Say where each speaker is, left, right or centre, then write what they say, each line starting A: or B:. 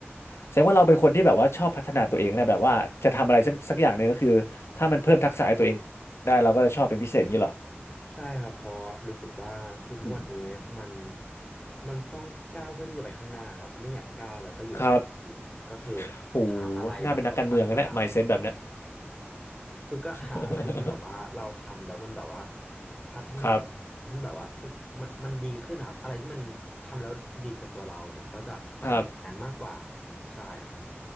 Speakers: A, on the left; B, on the left.
A: แสดงว่าเราเป็นคนที่แบบว่าชอบพัฒนาตัวเองนะ แบบว่าจะทำอะไรสักสักอย่างหนึ่งก็คือถ้ามันเพิ่มทักษะให้ตัวเองได้เราก็จะชอบเป็นพิเศษอย่างนี้เหรอ
B: ใช่ครับเพราะรู้สึกว่าทุกๆวันนี้มัน
A: อืม
B: มันต้องก้าวเพื่อที่จะไปข้างหน้าครับไม่อยากก้าวแล้วก็อยู่กับที่อะครับก็คือ
A: ครับโห
B: หาอะไรแบบว่าพัฒนาตัวเอง
A: น่าเป็นนักการเมืองนะเนี่ย mindset แบบเนี้ย
B: คือก็หาอะไรที่แบบว่าเราทำแล้วมันแบบว่า
A: <laughs>
B: พัฒนา
A: ครับ
B: ให้แบบว่าสิ่งมันมันดีขึ้นนะครับอะไรที่มันทำแล้วดีกับตัวเราผมก็จะไปนั้นมากกว่า
A: ครับ
B: ใช่ครับ